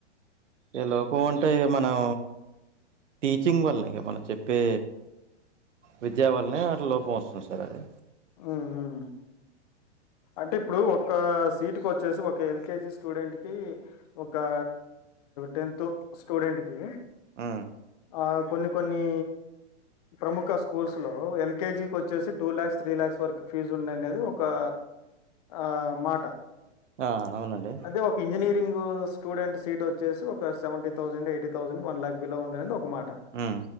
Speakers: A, on the right; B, on the left.
A: ఎ లోపమంటే ఇగ మనం టీచింగ్ వల్లే ఇగ మన చెప్పే విద్యా వల్లనే అట్ల లోపం అస్తుంది సార్ అది
B: ఉ ఉ అంటే ఇప్పుడూ ఒక్కా సీటుకొచ్చేసి ఒక ఎల్కేజీ స్టూడెంట్ కీ ఒకా టెన్తు స్టూడెంట్ కీ
A: ఉ
B: ఆ కొన్ని కొన్నీ ప్రముఖ స్కూల్స్ లో ఎల్కేజీకొచ్చేసి టూ ల్యాక్స్ త్రీ ల్యాక్స్ వరకు ఫీజు ఉన్నయనేదీ ఒకా ఆ మాట
A: ఆ అవునండి
B: అదే ఒక ఇంజనీరింగూ స్టూడెంట్ సీటొచ్చేసి ఒక seventy thousand eighty thousand one lakh below ఉందనేదొక మాట
A: ఉ